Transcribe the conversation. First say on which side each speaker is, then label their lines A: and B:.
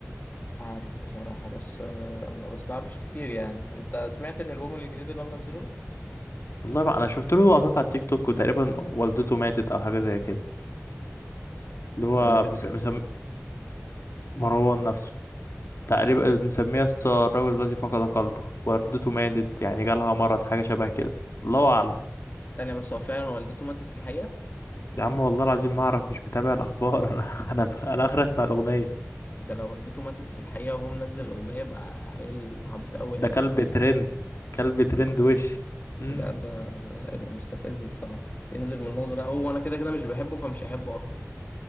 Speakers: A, on the left; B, on the left.
A: عارف بصراحة بس آه ما بسمعلوش كتير يعني انت سمعت الالبوم الجديد اللي هو منزله ده؟
B: والله ما انا شفت له لقطات على التيك توك وتقريبا والدته ماتت او حاجه زي كده اللي هو
A: والد
B: مس... مس... مروان نفسه تقريبا مسميها ستار الراجل الذي فقد قلبه وردته ماتت يعني جالها مرض حاجة شبه كده الله أعلم
A: ثانية بس هو فعلا والدته ماتت في الحقيقة
B: يا عم والله العظيم ما أعرف مش متابع الأخبار <laughs> أنا أنا أنا آخر أسمع الأغنية
A: ده لو والدته ماتت في الحقيقة وهو منزل الأغنية يبقى عيل عبيط أوي
B: ده
A: يعني
B: كلب
A: بصراحة
B: ترند كلب ترند
A: اه
B: وش مم.
A: ده ده ده يبقى مستفز بصراحة ينزل من نظرة أوي وأنا كده كده مش بحبه فمش هحبه أكتر